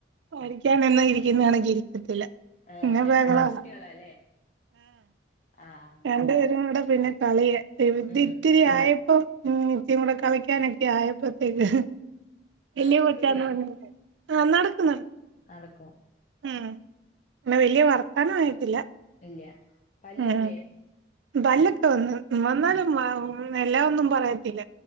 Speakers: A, on the right; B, on the left.
A: പഠിക്കാനൊന്നും ഇരിക്കുന്നാണെങ്കിൽ ഇരിക്കത്തില്ല
B: ആഹ്
A: പിന്നെ
B: രണ്ട്
A: ബഹളവാ
B: ആൺകുട്ടികളല്ലേ ആഹ്
A: രണ്ടു പേരുംകൂടെ പിന്നെ കളിയ കര്തി
B: ഉം
A: ഒത്തിരി ആയപ്പോ ഉം <unintelligible> കളിക്കാനൊക്കെ ആയപ്പോത്തേക്ക് വലിയ
B: നടക്കത്തില്ലേ
A: കൊച്ചാന്ന് പറഞ്ഞ് ആഹ് നടക്കുന്ന്
B: നടക്കും
A: ഉം പിന്നെ വലിയ വർത്തനം ആയിട്ടില്ല
B: ഇല്ല പല്ലില്ലേ
A: ഉം പല്ലൊക്കെ വന്ന് വന്നാലും
B: ആഹ്
A: എല്ലാം ഒന്നും പറയത്തില്ല